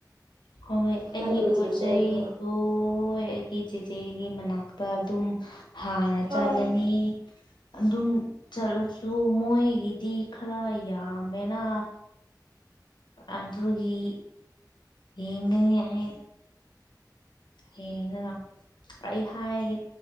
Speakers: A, on the left; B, on the right.
A: ꯍꯣꯏ ꯑꯩꯒꯤ
B: ꯅꯪꯒꯤ
A: ꯄꯣꯠ
B: ꯆꯦꯆꯦꯒꯤ
A: ꯆꯩꯗꯨ ꯍꯣꯢ ꯑꯩꯒꯤ ꯆꯦꯆꯦꯒꯤ ꯃꯅꯥꯛꯇꯥ ꯑꯗꯨꯝ ꯍꯥꯟꯅ
B: ꯍꯣꯏ
A: ꯆꯠꯂꯅꯤ꯫ ꯑꯗꯨꯝ ꯆꯠꯂꯁꯨ ꯃꯣꯏꯒꯤꯗꯤ ꯈꯔ ꯌꯥꯝꯃꯦꯅꯤ ꯑꯗꯨꯒꯤ ꯌꯦꯡꯉꯅꯤ ꯑꯩ ꯍꯌꯦꯡ <unintelligible> ꯑꯩ ꯍꯥꯏꯒꯦ